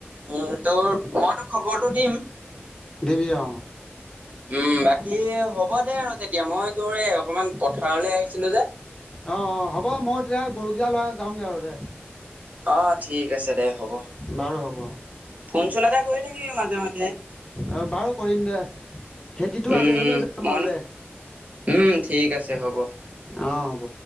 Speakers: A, on the right; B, on the left.
A: উ তোৰ মইতো খবৰটো দিম।
B: দিবি অ
A: উ। উম, বাকী হ'ব দে আৰু এতিয়া। মই তোৰ এই অকমান পথাৰলৈ আহিছিলো যে ।
B: অ, অ, হ'ব মই তেতিয়া গৰুকেইটা লৈ যাওঁগে আৰু দে।
A: অ, ঠিক আছে। দে হ'ব।
B: বাৰু হ'ব
A: ফোন-চোন এটা কৰি থাকিবি মাজে মাজে।
B: অ, বাৰু কৰিম দে। খেতিটো
A: উম
B: আজৰি হৈ
A: উম
B: লৈ যাম
A: মন
B: আৰু দে।
A: উম, ঠিক আছে হ'ব।
B: অঁ, হ'ব।